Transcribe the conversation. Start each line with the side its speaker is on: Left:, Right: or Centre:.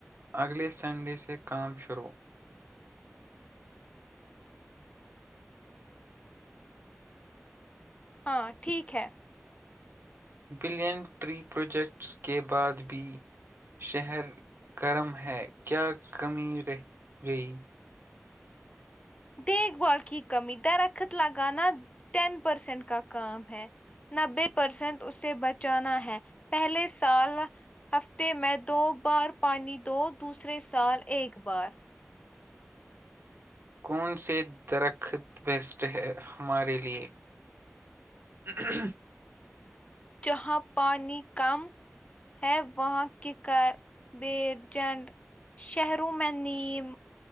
Right: اگلے سنڈے سے کام شروع
Left: ہاں ٹھیک ہے
Right: بلین ٹری پروجیکٹس کے بعد بھی شہر گرم ہے کیا کمی رہ گئی
Left: دیکھ بھال کی کمی درخت لگانا ٹین پرسینٹ کا کام ہے نبے پرسینٹ اسے بچانا ہے پہلے سال ہفتے میں دو بار پانی دو دوسرے سال ایک بار
Right: کون سے درخت بیسٹ ہے ہمارے لیے <inaudible>
Left: جہاں پانی کم ہے وہاں کیک بیجنڈ شہروں میں نیم